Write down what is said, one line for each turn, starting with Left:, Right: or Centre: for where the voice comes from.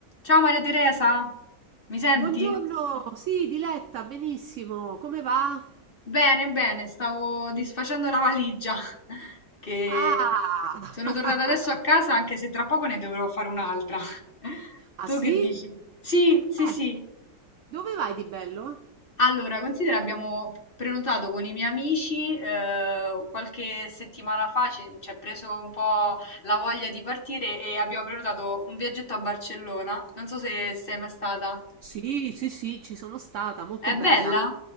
Left: Ciao Maria Teresa, mi senti?
Right: Buongiorno, sì, Diletta, benissimo, come va?
Left: Bene, bene, stavo disfacendo la valigia <laughs> che
Right: Ah,
Left: sono tornata adesso a
Right: <laughs>
Left: casa anche se tra poco ne dovrò fare un'altra. <laughs>
Right: ah
Left: Tu
Right: sì?
Left: che dici? Sì, sì, sì.
Right: Eh, dove vai di bello?
Left: Allora, considera, abbiamo prenotato con i miei amici eh, qualche settimana fa, ci ci è preso un po' la voglia di partire e abbiamo prenotato un viaggetto a Barcellona. Non so se sei mai stata.
Right: Sì, sì, sì, ci sono stata, molto
Left: È bella?
Right: bella,